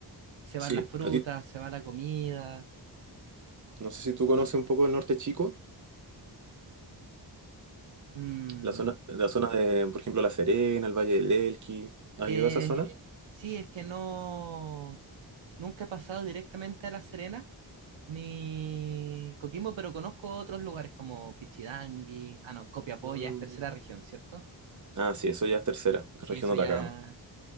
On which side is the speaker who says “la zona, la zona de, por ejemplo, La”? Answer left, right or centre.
Right